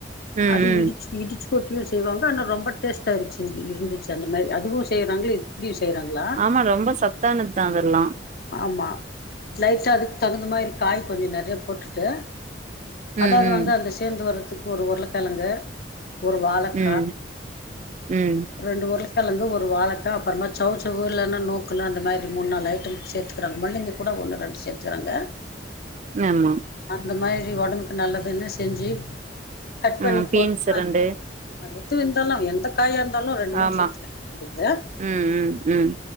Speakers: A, on the right; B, on the left.
A: ம்
B: அது
A: ம்
B: இடிச்சு இடிச்சு கொட்டியு செய்வாங்க ஆனா ரொம்ப டேஸ்டாயிருச்சு இது இருந்துச்சு அந்த மாதிரி அதுவு செய்யறாங்க இப்டியு செய்யிறாங்களா
A: ஆமா ரொம்ப சத்தானது தா அதெல்லா
B: ஆமா லைட்டா அதுக்கு தகுந்த மாதிரி காய் கொஞ்சோ நறையா போட்டுட்டு அதாது
A: ம் ம்
B: வந்து அந்த சேர்ந்து வர்றதுகு ஒரு உருளைக்கெழங்கு ஒரு வாழக்கா
A: ம் ம்
B: ரெண்டு உருளக்கெழங்கு ஒரு வாழக்கா அப்புறமா சௌ செளவு இல்லைன்னா நூக்கலு அந்த மாதிரி முனு நாலு ஐட்டம் சேர்த்துக்கறாங்க முள்ளங்கி கூட ஒன்னு ரெண்டு சேத்துகுறாங்க
A: ஆமா
B: அந்த மாதிரி ஒடம்புக்கு நல்லதுனு செஞ்சி கட் பண்ணி
A: ம் பீன்ஸ்
B: போட்டுருவாங்க
A: ரெண்டு
B: ஆ எத்தின இருந்தாலு எந்த காயா இருந்தாலு ரெண்டு மூணு
A: ஆமா
B: சேர்த்திப்பே வேண்டியது
A: ம் ம் ம்